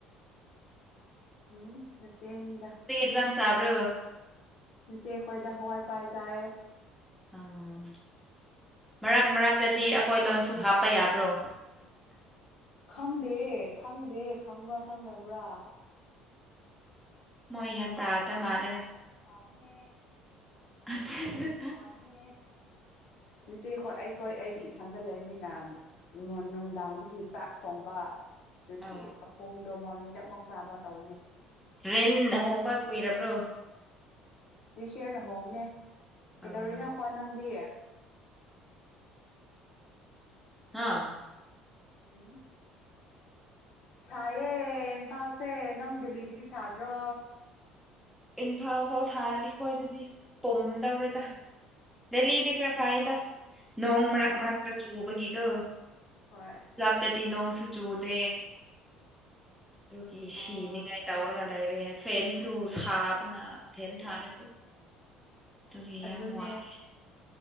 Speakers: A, on the left; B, in the centre.
A: ꯎꯝ ꯅꯆꯦꯅꯤꯗ
B: ꯀ꯭ꯔꯤ ꯌꯦꯟꯁꯥꯡ ꯆꯥꯕ꯭ꯔꯣ
A: ꯅꯆꯦꯈꯣꯏꯗ ꯍꯋꯥꯏ ꯄꯥꯜ ꯆꯥꯏꯌꯦ
B: ꯑꯥ ꯃꯔꯛ ꯃꯔꯛꯇꯗꯤ ꯑꯈꯣꯏ
A: ꯎꯝ
B: ꯂꯣꯟꯁꯨ ꯍꯥꯞꯄ ꯌꯥꯕ꯭ꯔꯣ
A: ꯈꯪꯗꯦ ꯈꯪꯗꯦ ꯈꯪꯕ꯭ꯔꯥ ꯈꯪꯗꯕ꯭ꯔꯥ
B: ꯃꯣꯏ ꯒ꯭ꯌꯥꯟ ꯇꯥꯗ ꯃꯥꯜꯂꯦꯗ
A: ꯇꯥꯕꯅꯦ
B: <unintelligible>
A: <unintelligible> ꯅꯆꯦꯈꯣꯏ ꯑꯩꯈꯣꯏ ꯑꯩꯗꯤ ꯏꯊꯟꯗ ꯂꯩꯝꯅꯤꯅ ꯃꯣ ꯅꯨꯡꯗꯥꯡꯗꯒꯤ ꯆꯥꯛ ꯊꯣꯡꯕ ꯑꯗꯨꯒꯤ
B: ꯑꯧ
A: ꯀꯀꯣꯡꯗꯣ ꯃꯣꯔꯅꯤꯡꯗ ꯑꯃꯨꯛ ꯆꯥꯕ ꯇꯧꯕꯅꯦ
B: ꯔꯦꯟ
A: ꯅꯪ
B: ꯍꯣꯡꯕ ꯀꯨꯏꯔꯕ꯭ꯔꯣ
A: ꯗꯤꯁ ꯌ꯭ꯔꯅ ꯍꯣꯡꯕꯅꯦ ꯀꯩꯗꯧꯔꯤꯅꯣ
B: ꯑꯥ
A: ꯈ꯭ꯋꯥ ꯅꯪꯗꯤ
B: ꯍꯥꯥ
A: ꯍꯨꯝ ꯁꯥꯏꯌꯦ ꯏꯝꯐꯥꯜꯁꯦ ꯅꯪ ꯗꯦꯜꯂꯤꯗꯗꯤ ꯁꯥꯗ꯭ꯔꯣ
B: ꯏꯝꯐꯥꯜ ꯐꯥꯎ ꯁꯥꯔꯗꯤ ꯈꯣꯏꯗꯗꯤ ꯄꯨꯝꯗꯧꯔꯦꯗ ꯗꯦꯂꯤꯗꯤ ꯈꯔ ꯐꯩꯗ ꯅꯣꯡ ꯃꯔꯛ
A: ꯑꯣ
B: ꯃꯔꯛꯇ ꯈꯔ ꯆꯨꯕꯒꯤꯀꯣ
A: ꯍꯣꯏ
B: ꯗꯗꯤ ꯅꯣꯡꯁꯨ ꯆꯨꯗꯦ ꯑꯗꯨꯒꯤ
A: ꯑꯣ
B: ꯁꯤꯅꯤꯉꯥꯏ ꯇꯧꯔꯒ ꯂꯩꯔꯦ ꯐꯦꯟꯁꯨ ꯁꯥꯕꯅ ꯐꯦꯟ ꯊꯥꯔꯁꯨ ꯑꯗꯨꯒꯤ
A: ꯑꯗꯨꯅꯦ
B: ꯌꯥꯝ ꯋꯥꯔꯦ